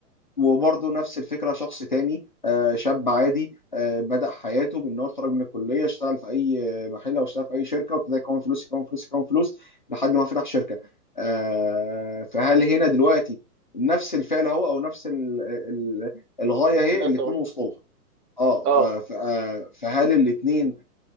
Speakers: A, on the left; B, on the right.
A: وبرضه نفس الفكره شخص تاني آه، شاب عادي آه، بدأ حياته بان هو اتخرج من الكليه اشتغل في اي محل او اشتغل في اي شركه وابتدى يكون فلوس يكون فلوس يكون فلوس لحد ما فتح شركه آه، فهل هنا دلوقتي نفس الفعل اهو او نفس ال- ال- الغايه هي
B: لا
A: الاتنين
B: طبعا
A: وصلوا لها اه
B: اه
A: آه، ف- آه، فهل الاثنين